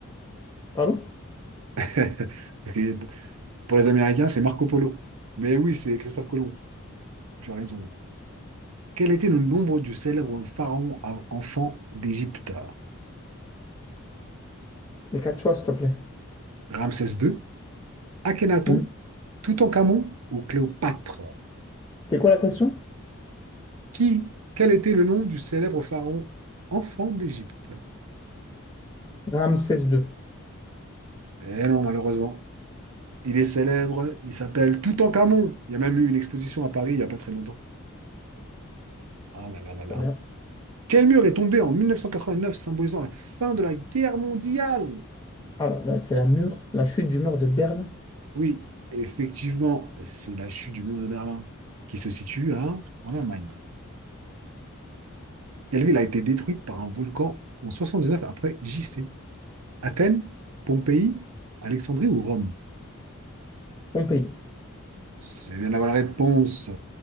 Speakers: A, on the left; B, on the right.
A: Pardon?
B: <laughs> Parce que Pour les Américains, c'est Marco Polo. Mais oui, c'est Christophe Colomb. Tu as raison. Quel était le nombre du célèbre pharaon à- enfant d'Égypte?
A: Les quatre choix, s'il te plaît.
B: Ramsès II, Akhenaton,
A: Hmm.
B: Toutankhamon ou Cléopâtre?
A: C'était quoi la question?
B: Qui? Quel était le nom du célèbre pharaon enfant d'Égypte?
A: Ramsès II.
B: Eh non, malheureusement. Il est célèbre, il s'appelle Toutankhamon. Il y a même eu une exposition à Paris il n'y a pas très longtemps. Ah là là là là.
A: Très bien.
B: Quel mur est tombé en 1989 symbolisant la fin de la guerre mondiale?
A: Alors, là, c'est la mur, la chute du mur de Berlin,
B: Oui, effectivement, c'est la chute du mur de Berlin qui se situe à- en Allemagne. Quelle ville a été détruite par un volcan en 79 après J-C Athènes, Pompéi, Alexandrie ou Rome?
A: Pompéi.
B: C'est bien d'avoir la réponse.